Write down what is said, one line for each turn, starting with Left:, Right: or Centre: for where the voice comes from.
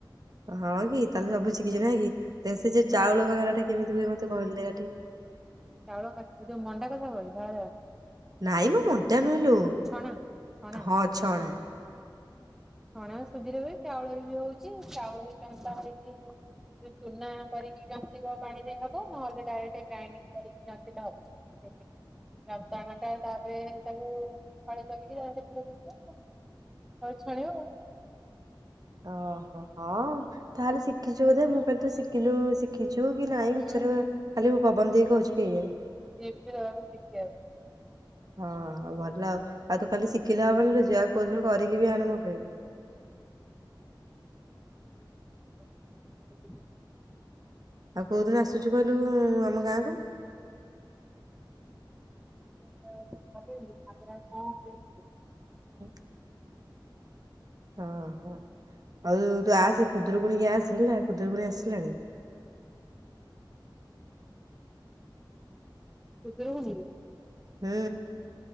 Right: ହଁ କି ତାହେଲେ ସବୁଛି କିଛି ନା ହେ କି। ଦେ ସେ ଯେ ଚାଉଳ
Centre: ହଁ
Right: ଗାଗଲାଟା କେମିତି ହୁଏ ମତେ ଟିକେ। ତୁ କହିଲୁ ଦେଖା ଟିକେ।
Centre: ଚାଉଳ କା ଯୋଉ ମଣ୍ଡା କଥା କହିଲୁ ଧଳା ଧଳା।
Right: ନାଇଁ ମୁଁ ମୁଣ୍ଡଟା ନୁହେଲୁ
Centre: ଯୋଉ ଛଣା ଛଣା
Right: ହଁ ଛଣା।
Centre: ଛଣା ସୁଝର ହୁଏ ଚାଉଳ ବି ହଉଛି ଚାଉଳ ଜତାା ହେଇକି ଚୁନା କରିକି ଜନ୍ତିବ ପାଣି ଦେଇ ହବ ନହେଲେ ଡାଇରେକ୍ଟ ଗ୍ରାଇଡିଙ୍ଗ କରିକି ଜତି ହବ ଯତାାଣଟା ତାପରେ ତାକୁ ଫ କରିକି ତାରେ। ବିଷ ହଉ। ଛାଣିବା।
Right: ଓହୋ ହଁ ତାହେଲେ ଶିଖିଛୁ ବୋଧେ ମୁଁ କହିଲି ତ ଶିଖିଲୁ ଶିଖିୁ। ଯୋଗି ନାଇଁ
Centre: ହୁଁ
Right: ମିଚର ହଲି। ପବନ ଦେଇକ କହୁଛି କେହିଣି।
Centre: ବି ତା ଶିଖି।
Right: ହଁ ହଁ ଭଲ ଆଉ ଆଉ ତୁ ଖାଲି ଶିଖିଲେ ହବନିଲୋ ଝିଅ ଆଉ କୋଉଦିନ କରିକି ବି ଆଣ ମୋ ପାଇଁ
Centre: ହଁ ନେଇକି ଯିବି
Right: ଆଉ କୋଉ ଦିନ ଆସୁଛୁ କହିଲୁ ଆମ ଗାଁ କୁ
Centre: ଆ <unintelligible>
Right: ହୁଁ <unintelligible> ହଁ ହଁ ହଉ ତୁ ଆସ ସେ ଖୁଦରୁକୁଣୀ କୁ ଆସ ହେଲା ଖୁଦରୁକୁଣୀ ଆସିଲାଣି
Centre: ଖୁଦୁରୁକୁଣୀ
Right: ହୁଁ